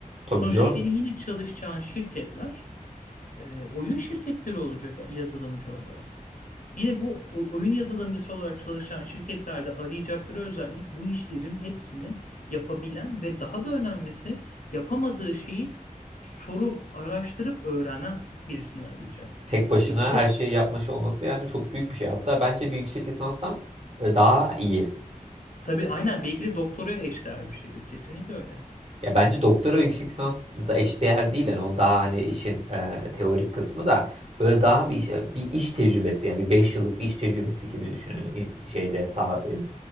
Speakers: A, on the right (about 45°); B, on the left (about 65°).
A: Tabii
B: Sonuçta
A: canım.
B: senin yine çalışacağın şirketler e, oyun şirketleri olacak yazılımcı olarak. Yine bu o- oyun yazılımcısı olarak çalışan şirketlerde arayacakları özellik bu işlerin hepsini yapabilen ve daha da önemlisi yapamadığı şeyi sorup, araştırıp öğrenen birisini arayacaklar.
A: Tek başına
B: E bu da
A: her şeyi yapmış olması yani çok büyük bir şey. Hatta bence bir yüksek lisanstan e, daha iyi.
B: tabii aynen belki de doktoraya eşdeğer bir şeydir. Kesinlikle öyle.
A: Ya bence doktora ve yüksek lisans da eşdeğer değil. Yani o daha hani işin e, teorik kısmı da böyle daha bir iş, bir iş tecrübesi yani bir 5 yıllık bir iş tecrübesi gibi düşün. Hani i- şeyde sağ, e,